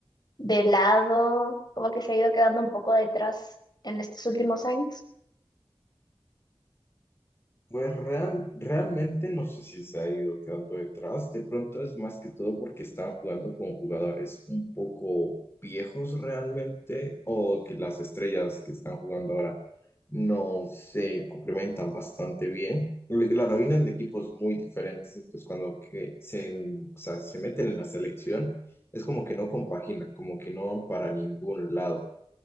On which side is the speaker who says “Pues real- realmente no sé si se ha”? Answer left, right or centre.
Left